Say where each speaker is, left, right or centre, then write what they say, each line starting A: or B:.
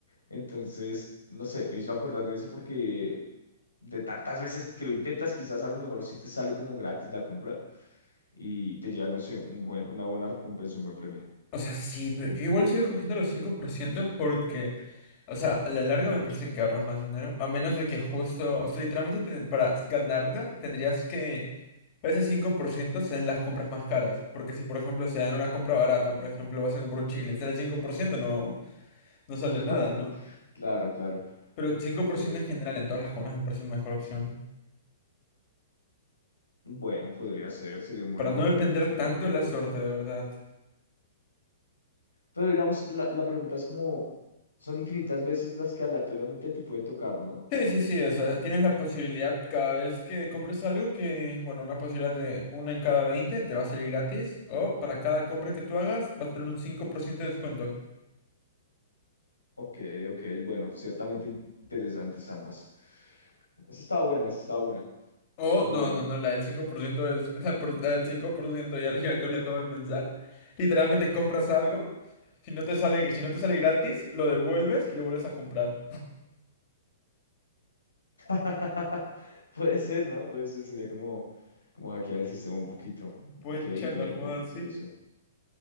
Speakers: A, on the left; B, on the left.
A: Entonces, no sé, me hizo acordar de eso porque de tantas veces que lo intentas, quizás a lo mejor sí te sale como gratis la compra y te llevas, no sé, un buen, una buena recompensa, un buen premio.
B: O sea, sí, pero yo igual sigo escogiendo los 5% porque, o sea, a la larga me parece que ahorras más dinero, a menos de que justo, o sea, literalmente ten- para ganarla tendrías que ese 5% sean las compras más caras, porque si por ejemplo se dan una compra barata, por ejemplo, vas a comprar un chicle, sale 5% no no
A: <laughs>
B: sale nada, ¿no?
A: Claro, claro.
B: Pero cinco
A: Ok.
B: por ciento en general en todas las compras me parece una mejor opción, ¿no?
A: Bueno, podría ser, sería un buen
B: para
A: ahorro.
B: no depender
A: eh,
B: tanto
A: pero,
B: de la suerte, de verdad.
A: pero digamos, la, la pregunta es como, son infinitas veces las que aleatoriamente te puede tocar, ¿no?
B: Sí, sí, sí, o sea, tienes la posibilidad cada vez que compres algo que, bueno, una posibilidad de una en cada 20 te va a salir gratis, o para cada compra que tú hagas vas a tener un cinco por ciento de descuento.
A: Ok, ok, bueno, ciertamente interesantes ambas. Esa estaba buena, esa estaba buena.
B: O,
A: Bueno,
B: no, no, no, la del 5% es <laughs> la, por- la del 5% ya, ya que lo acabo de pensar. Literalmente compras algo, si no te sale, si no te sale gratis, lo devuelves y lo vuelves a comprar.
A: <laughs> puede ser, ¿no? Puede ser, sería como, como hackear el sistema un poquito.
B: Puecha
A: Ok, bueno,
B: la jugada
A: bueno,
B: así.
A: curioso.